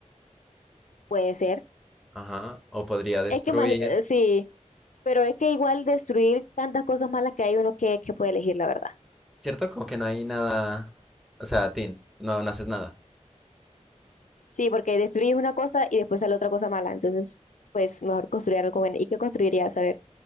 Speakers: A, on the left; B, in the centre.
A: Puede ser.
B: Ajá. O podría destruir.
A: Es que imagi- eh, sí, pero es que igual destruir tantas cosas malas que hay uno que, que puede elegir, la verdad.
B: ¿Cierto? Como que no hay nada. O sea, Tin, no, no haces nada.
A: Sí, porque destruir una cosa y después sale otra cosa mala. Entonces, pues mejor construir algo bueno. ¿Y qué construirías? A ver.